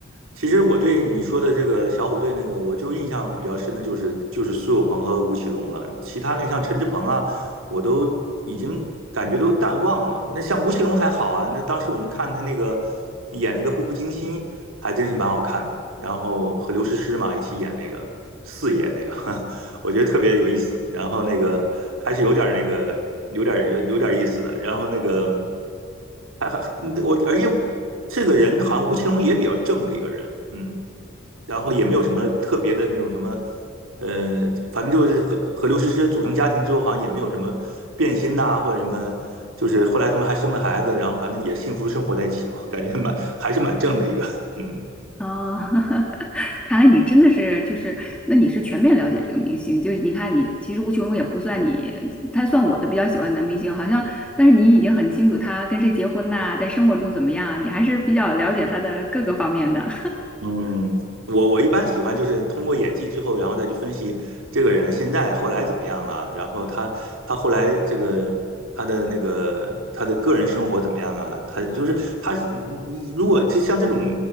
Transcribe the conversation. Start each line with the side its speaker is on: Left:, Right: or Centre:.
Right: 其实我对你说的这个小虎队那个，我就印象比较深的就是就是苏有朋和吴奇隆了，其他那像陈志朋啊，我都已经感觉都淡忘了。那像吴奇隆还好啊，那当时我们看他那个演那个《步步惊心》，还真是蛮好看的。然后和刘诗诗嘛一起演那个四爷那个，<laughs> 我觉得特别有意思。然后那个还是有点儿那个有点儿有有点儿意思的。然后那个。还还那个我，而且这个人好像吴奇隆也比较正的一个人，嗯，然后也没有什么特别的那种什么，呃，反正就是和和刘诗诗组成家庭之后，好像也没有什么变心呐、或者什么，就是后来他们还生了孩子，然后反正也幸福生活在一起了，感觉蛮还是蛮正的一个，嗯。
Centre: 哦，<laughs> 看来你真的是就是，那你是全面了解这个明星，就是你看你其实吴奇隆也不算你，他算我的比较喜欢的男明星，好像，但是你已经很清楚他跟谁结婚呐、在生活中怎么样啊，你还是比较了解他的各个方面的。
Right: 嗯，我我一般喜欢就是通过演技之后，然后再去分析这个人现在后来怎么样了，然后他他后来这个他的那个他的个人生活怎么样啊？他就是他，你你如果就像这种